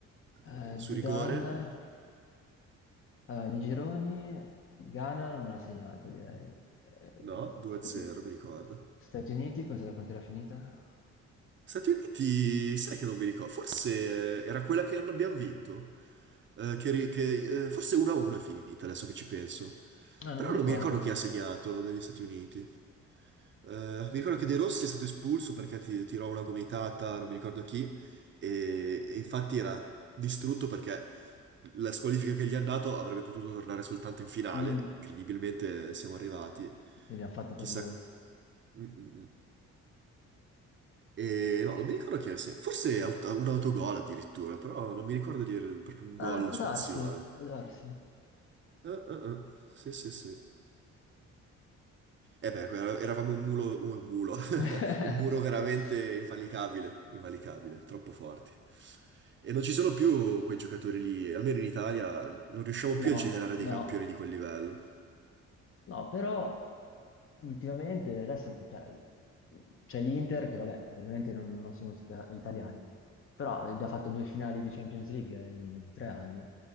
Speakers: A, on the right; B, on the left.
A: eh,
B: Eh,
A: su
B: Zidane,
A: rigore,
B: allora, nei gironi Ghana non ha segnato, direi. Eh,
A: no, 2-0,
B: Stati,
A: mi ricordo.
B: Stati Uniti, cosa, quanto era finita?
A: Stati Uniti, sai che non mi ricordo, forse era quella che non abbiamo vinto, Eh, che, ri- che, eh, forse 1-1 è finita, adesso che ci penso.
B: No, non
A: Però
B: mi
A: non
B: ricordo.
A: mi ricordo chi ha segnato degli Stati Uniti. Eh, mi ricordo che De Rossi è stato espulso perché ti- tirò una gomitata, non mi ricordo chi, e, e infatti era distrutto perché la squalifica che gli hanno dato avrebbe potuto tornare soltanto in finale.
B: Mm,
A: Incredibilmente siamo arrivati.
B: l'abbiamo fatto per
A: Chissà
B: lui.
A: Mm, mm, mm. E no, non mi ricordo chi è, se- forse aut- un autogol addirittura, però non mi ricordo di avere proprio un
B: Ah,
A: gol
B: può
A: su
B: darsi,
A: azione.
B: può darsi.
A: Eh, eh, eh. Sì, sì, sì. E beh, era- eravamo un mulo, un mulo, <laughs>
B: <laughs>
A: un muro veramente invalicabile, invalicabile, troppo forti. E non ci sono più quei giocatori lì, almeno in Italia non riusciamo più
B: No,
A: a generare
B: no.
A: dei campioni di quel livello.
B: No, però ultimamente adesso cioè, c'è l'Inter che vabbè, ovviamente non, non sono sta- italiani, però ha già fatto due finali di Champions League in tre anni,